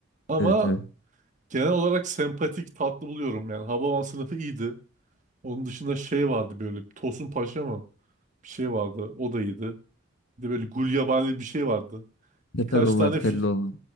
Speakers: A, on the right; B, on the left.
A: Ama
B: Evet evet.
A: genel olarak sempatik, tatlı buluyorum. Yani Hababam sınıfı iyiydi. Onun dışında şey vardı böyle Tosun Paşa mı? Bir şey vardı. O da iyiydi. Bir de böyle Gulyabani bir şey vardı.
B: Seferoğulları,
A: Birkaç tane
B: Telloğulları.
A: film.